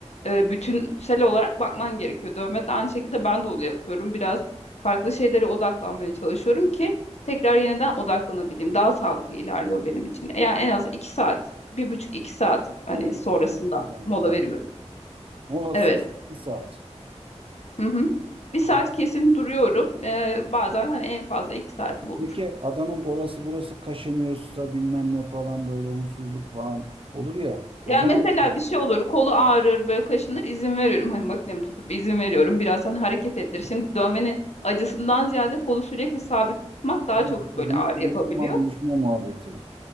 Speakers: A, on the left; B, on the right.
A: e, bütünsel olarak bakman gerekiyor. Dövme de aynı şekilde ben de onu yapıyorum. Biraz farklı şeylere odaklanmaya çalışıyorum ki tekrar yeniden odaklanabileyim. Daha sağlıklı ilerliyor benim için. Yani en az iki saat, bir buçuk iki saat hani
B: Hareket
A: sonrasında
B: etmeden yani
A: mola veriyorum.
B: Molasız
A: Evet.
B: bir saat.
A: Hı hı. Bir saat
B: Aa,
A: kesin duruyorum. Ee, bazen hani en fazla iki saati
B: e
A: bulur.
B: peki adamın orası burası kaşınıyorsa bilmem ne falan böyle huysuzluk falan olur ya. O
A: Yani
B: zaman
A: mesela bir şey olur, kolu ağrır, böyle kaşınır, izin veriyorum. Hani makinemi tutup izin veriyorum. Biraz hani hareket ettir. Şimdi dövmenin acısından ziyade kolu sürekli sabit tutmak daha
B: yani
A: çok
B: işte
A: böyle
B: uy-
A: ağrı
B: uyuşma
A: yapabiliyor.
B: uyuşma muhabbeti.